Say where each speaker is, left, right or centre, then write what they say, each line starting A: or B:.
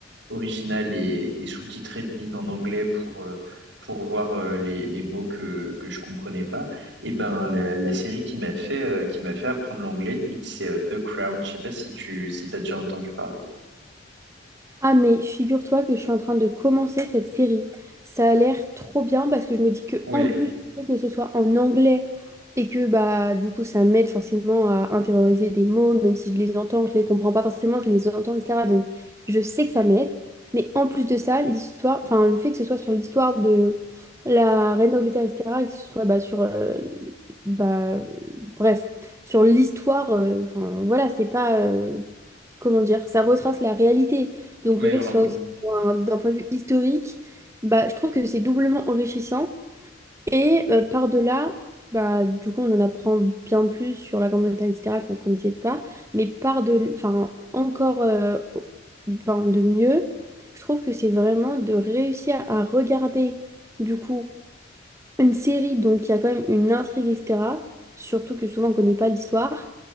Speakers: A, on the right; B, on the right.
A: originale et, et sous-titrée limite en anglais pour, euh, pour voir euh, les, les mots que, que je comprenais pas. Et ben la, la série qui m'a fait, euh, qui m'a fait apprendre l'anglais limite c'est euh, The Crown. Je sais pas si tu si t'as déjà entendu parler.
B: Ah mais figure-toi que je suis en train de commencer cette série. Ça a l'air trop bien parce que je me dis que
A: Ouais,
B: en plus, tu sais, que ce soit en anglais et que bah du coup ça m'aide forcément à intérioriser des mots, même si je les entends, je les comprends pas forcément, je les entends, etc. Donc je sais que ça m'aide. Mais en plus de ça, l'histoire, enfin le fait que ce soit sur l'histoire de la reine d'Angleterre, etc. Et que ce soit bah, sur euh, bah, bref, sur l'histoire, euh, enfin voilà, c'est pas euh, comment dire, ça retrace la réalité. Donc
A: ouais
B: le fait
A: vraiment.
B: que ce soit aussi pour un- d'un point de vue historique, bah, je trouve que c'est doublement enrichissant. Et euh, par-delà, bah, du coup, on en apprend bien plus sur la Grande-Bretagne, etc., qu'on ne connaissait pas. Mais par-delà, enfin, encore euh, au- enfin, de mieux, je trouve que c'est vraiment de réussir à regarder, du coup, une série, donc il y a quand même une intrigue, etc. Surtout que souvent on connaît pas l'histoire.